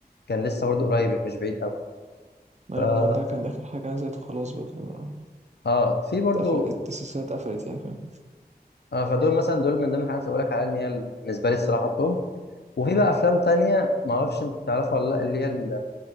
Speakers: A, on the left; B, on the right.
A: كان لسه برضه قريب يعني مش بعيد أوي
B: ايوه
A: فا
B: ما هو ده كان اخر حاجه نزلت وخلاص بقى فاهم
A: آه في برضه
B: اتقفلت السلسله اتقفلت يعني فاهم
A: آه فدول مثلا دول من ضمن الحاجات اللي بقولك عليها إن هي ال- بالنسبة لي الصراحة التوب وفي بقى أفلام تانية معرفش أنت تعرفها ولا لأ اللي هي ال-